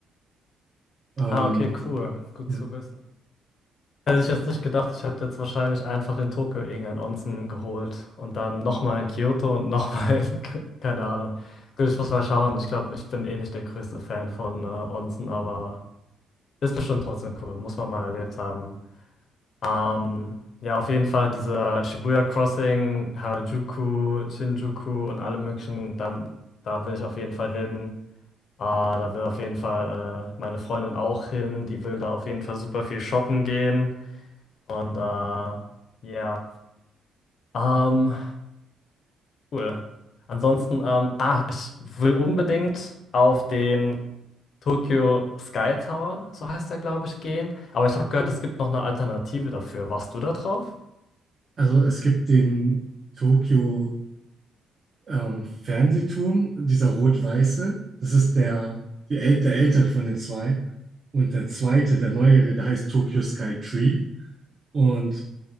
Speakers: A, on the right; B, on the left.
A: Ähm,
B: Ah, okay, cool. Gut
A: ja.
B: zu wissen. Hätte ich jetzt nicht gedacht, ich hätte jetzt wahrscheinlich einfach in Tokio irgendein Onsen geholt und dann nochmal in Kyoto und nochmal in, <laughs> keine Ahnung. Gut, ich muss mal schauen. Ich glaube, ich bin eh nicht der größte Fan von äh, Onsen, aber ist bestimmt trotzdem cool. Muss man mal erlebt haben. Ähm, ja, auf jeden Fall dieser Shibuya Crossing, Harajuku, Shinjuku und alle möglichen, da, da will ich auf jeden Fall hin. Äh, da will auf jeden Fall äh, meine Freundin auch hin. Die will da auf jeden Fall super viel shoppen gehen. Und äh, ja, ähm, cool. Ansonsten, ähm, ah, ich will unbedingt auf den Tokyo Sky Tower, so heißt der, glaube ich, gehen. Aber ich habe gehört, es gibt noch eine Alternative dafür. Warst du da drauf?
A: Also es gibt den Tokio ähm, Fernsehturm, dieser rot-weiße, das ist der, die äl der ältere von den zwei. Und der zweite, der neuere, der heißt Tokyo Sky Tree. Und